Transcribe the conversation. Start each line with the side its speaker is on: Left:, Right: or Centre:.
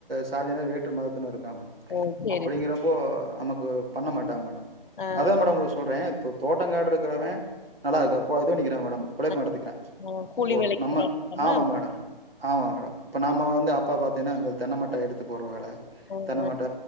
Right: சாதியினர் வேட் று மதத்தினரு க்கா மேடம்
Left: ஓ சேரி
Right: அப்டிங்கறப்போ நமக்கு பண்ண மாட்டா மேடம்
Left: அ
Right: அதா மேடம் உங்ளுக் சொல்றே தோ தோட்டங் காடுருக்குறவே நல்லா இருக்கா பொ இது பண்ணிக்குறா மேடம் பிழைப்பு
Left: அ
Right: நடத்திக்கிறா
Left: கூலி
Right: இப்பொ
Left: வேலைக்கு
Right: நம்ம
Left: போறா
Right: ஆமா
Left: மா
Right: மேடம் ஆமா மேடம் இப்ப நம்ம வந்து அப்பா பாத் ஏனா அங்க தென்னமட்ட எடுத்து போட்ற வேல
Left: அ
Right: தென்ன
Left: அ
Right: மட்ட